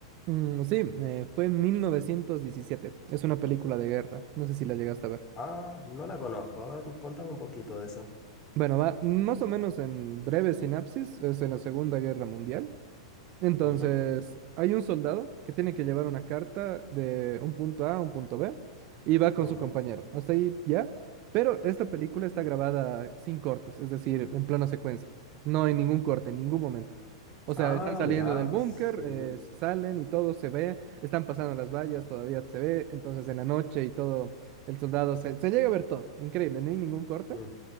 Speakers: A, on the right; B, on the left.
A: Mm, sí, eh, fue en 1917, es una película de guerra, no sé si la llegaste a ver.
B: Ah, no la conozco. A ver, contame un poquito de esa.
A: Bueno, va más o menos en breve sinapsis, es en la Segunda Guerra Mundial. Entonces,
B: Ujú,
A: hay un soldado que tiene que llevar una carta de un punto A a un punto B y va con
B: ujú.
A: su compañero. Hasta ahí ya. Pero esta película está grabada sin cortes, es decir, en plano secuencia. No hay ningún corte en ningún momento. O sea,
B: Ah,
A: están saliendo
B: mira,
A: del búnker,
B: sí.
A: eh, salen y todo se ve, están pasando las vallas, todavía se ve. Entonces, en la noche y todo, el soldado se, se llega a ver todo. Increíble, no hay ningún corte.
B: Mm,